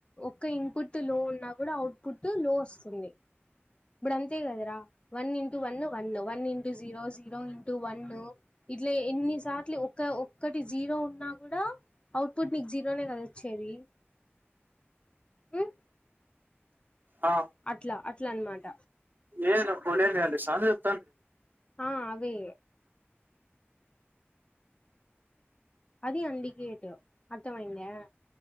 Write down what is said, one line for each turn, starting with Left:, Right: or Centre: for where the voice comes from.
Left: ఒక్క ఇన్పుట్ లో ఉన్నా కూడా అవుట్పుట్ లో వస్తుంది ఏ ఇప్పుడు అంతే కదరా one into one one one into zero zero into one ఇట్లా ఎన్ని సాట్ల ఒక్క ఒక్కటి జీరో ఉన్నా కూడా అవుట్పుుట్ నీకు జీరోనే కద వచ్చేది ఉమ్,
Right: ఆ
Left: అట్లా అట్లా అన్నమాట
Right: లేదు నిను ఫోన్ ఎమ్ చెయ్యనులే స్వామి <unintelligible>
Left: ఆ అవి అది ఇన్డికేటు అర్థం అయ్యిందా